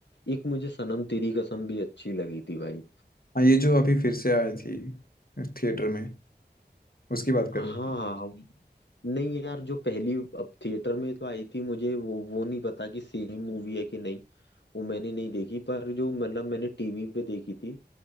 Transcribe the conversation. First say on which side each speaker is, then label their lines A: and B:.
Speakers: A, on the left; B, on the left.
A: एक मुझे सनम तेरी कसम भी अच्छी लगी थी भाई
B: हाँ ये जो अभी फिर से आई थी थिएटर में उसकी बात कर
A: हाँ
B: रहे हैं
A: नहीं यार जो पहली अब थिएटर में तो आई थी मुझे वो वो नहीं पता कि सेम मूवी है कि नहीं वो मैंने नहीं देखी पर जो मतलब मैंने टीवी पे देखी थी